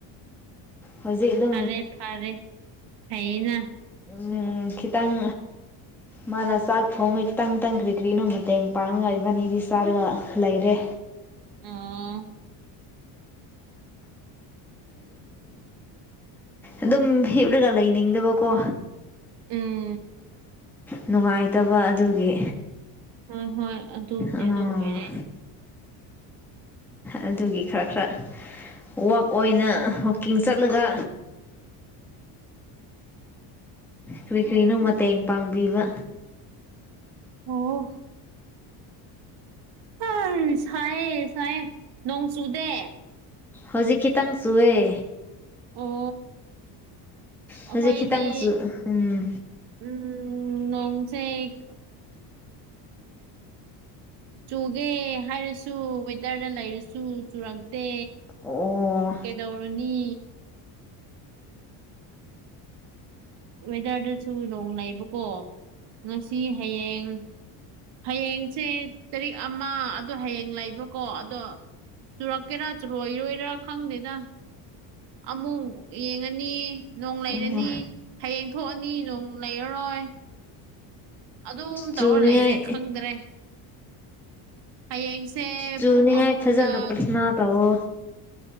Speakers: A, in the centre; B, on the right (about 65°).
A: ꯍꯧꯖꯤꯛ ꯑꯗꯨ
B: ꯐꯔꯦ ꯐꯔꯦ ꯐꯩꯅ
A: ꯎꯝ ꯈꯤꯇꯪ ꯃꯥꯅ ꯆꯥꯛ ꯊꯣꯡꯉ ꯈꯤꯇꯪꯈꯤꯇꯪ ꯀ꯭ꯔꯤ ꯀ꯭ꯔꯤꯅꯣ ꯃꯇꯦꯡ ꯄꯥꯡꯉꯒ ꯏꯕꯥꯅꯤꯗꯤ ꯆꯥꯔꯒ ꯂꯩꯔꯦ
B: ꯑꯥ
A: ꯑꯗꯨꯝ ꯍꯤꯞꯂꯒ ꯂꯩꯅꯤꯡꯗꯕꯀꯣ
B: ꯎꯝ
A: ꯅꯨꯡꯉꯥꯏꯇꯕ ꯑꯗꯨꯒꯤ
B: ꯍꯣꯏ ꯍꯣꯏ ꯑꯗꯨꯗꯤ
A: ꯑꯣ
B: ꯑꯗꯨ ꯑꯣꯏꯔꯦ
A: ꯑꯗꯨꯒꯤ ꯈꯔ ꯈꯔ ꯋꯥꯛ ꯑꯣꯏꯅ ꯋꯥꯛꯀꯤꯡ ꯆꯠꯂꯒ ꯀ꯭ꯔꯤꯀ꯭ꯔꯤꯅꯣ ꯃꯇꯦꯡ ꯄꯥꯡꯕꯤꯕ
B: ꯑꯣ ꯍ ꯁꯥꯏꯌꯦ ꯁꯥꯏꯌꯦ ꯅꯣꯡ ꯆꯨꯗꯦ
A: ꯍꯧꯖꯤꯛ ꯈꯤꯇꯪ ꯆꯨꯑꯦ
B: ꯑꯣ ꯑꯩꯈꯣꯏꯗꯤ
A: ꯍꯧꯖꯤꯛ ꯈꯤꯇꯪꯁꯨ ꯎꯝ
B: ꯎꯝ ꯅꯣꯡꯁꯦ ꯆꯨꯒꯦ ꯍꯥꯏꯔꯁꯨ ꯋꯦꯗꯔꯗ ꯂꯩꯔꯁꯨ ꯆꯨꯔꯛꯇꯦ
A: ꯑꯣ
B: ꯀꯩꯗꯧꯔꯨꯅꯤ ꯋꯦꯗꯔꯗꯁꯨ ꯅꯣꯡ ꯂꯩꯏꯕꯀꯣ ꯉꯁꯤ ꯍꯌꯦꯡ ꯍꯌꯦꯡꯁꯦ ꯇꯔꯤꯛ ꯑꯃ ꯑꯗꯣ ꯍꯌꯦꯡ ꯂꯩꯕꯀꯣ ꯑꯗꯣ ꯆꯨꯔꯛꯀꯦꯔꯥ ꯆꯨꯔꯣꯏꯔꯣꯏꯔꯥ ꯈꯪꯗꯦꯗ ꯑꯃꯨꯛ ꯌꯦꯡꯉꯅꯤ ꯅꯣꯡ ꯂꯩꯔꯅꯤ
A: ꯑꯣ
B: ꯍꯌꯦꯡ ꯊꯣꯛꯑꯅꯤ ꯅꯣꯡ ꯂꯩꯔꯔꯣꯏ ꯑꯗꯨꯝ
A: ꯆꯨꯅꯤꯡꯉꯥꯏ
B: ꯇꯧꯔ ꯂꯩꯔꯦ ꯈꯪꯗ꯭ꯔꯦ ꯍꯌꯦꯡꯁꯦ
A: ꯆꯨꯅꯤꯡꯉꯥꯏ
B: ꯄꯨꯡ ꯑꯍꯨꯝꯗ
A: ꯐꯖꯅ ꯄ꯭ꯔꯊꯅꯥ ꯇꯧꯋꯣ